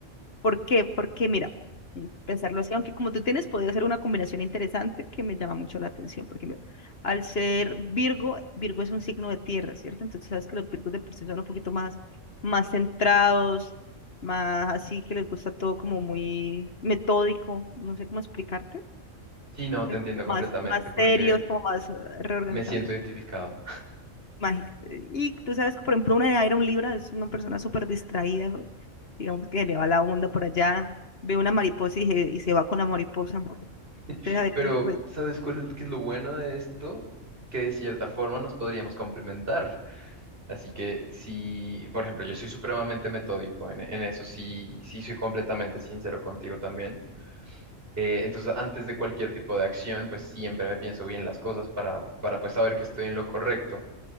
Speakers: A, on the left; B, on the right.
A: ¿Por qué? Porque mira, mm, pensarlo así, aunque como tú tienes, podría ser una combinación interesante que me llama mucho la atención, porque mira, al ser Virgo, Virgo es un signo de tierra, ¿cierto? Entonces sabes que los Virgos de por sí son un poquito más, más centrados, más así que les gusta todo como muy metódico, no sé cómo explicarte
B: Sí, no, te
A: es
B: entiendo completamente
A: más, más
B: porque
A: serios, como más eh, reorganizados.
B: me siento identificado.
A: Imagi- eh, Y tú sabes que, por ejemplo, una de Iron Libra es una persona súper distraída, güey. digamos que le va la onda por allá, ve una mariposa y, se- y se va con la mariposa. Entonces,
B: <laughs>
A: a veces,
B: Pero,
A: pues,
B: ¿sabes cuál es, qué es lo bueno de esto? Que de cierta forma nos podríamos complementar. Así que sí, por ejemplo, yo soy supremamente metódico, en, en eso sí, sí soy completamente sincero contigo también. Eh, entonces, antes de cualquier tipo de acción, pues siempre me pienso bien las cosas para, para pues saber que estoy en lo correcto.